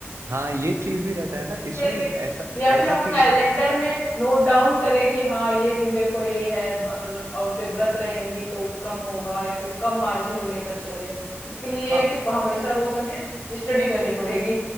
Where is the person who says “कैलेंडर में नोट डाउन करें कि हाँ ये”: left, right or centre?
Left